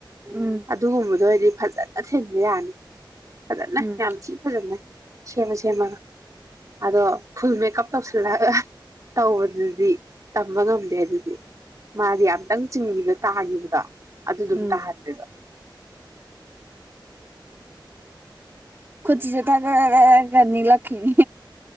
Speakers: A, on the right; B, on the right.
A: ꯎꯝ
B: ꯑꯗꯨꯒꯨꯝꯕꯗꯣ ꯍꯥꯏꯗꯤ ꯐꯖ ꯊꯦꯛ ꯌꯥꯅꯤ ꯅ
A: ꯎꯝ
B: ꯌꯥꯝ ꯐꯖꯃꯦ ꯁꯦꯝꯃ ꯁꯦꯝꯃꯒ ꯑꯗꯣ ꯐꯨꯜ ꯃꯦꯀꯞ ꯇꯧꯁꯤꯜꯂꯒ ꯇꯧꯕꯗꯨꯗꯤ ꯇꯝꯕ ꯉꯝꯗꯦ ꯑꯗꯨꯗꯤ ꯃꯥꯗꯤ ꯌꯥꯝꯇꯪ ꯆꯤꯡꯕꯤꯕ ꯇꯥꯒꯤꯗ ꯑꯗꯨꯗꯨꯝ
A: ꯎꯝ
B: ꯇꯥꯍꯟꯄꯤꯕ
A: ꯈꯨꯨꯖꯤꯁꯨꯇꯅꯤ ꯂꯛꯅꯤ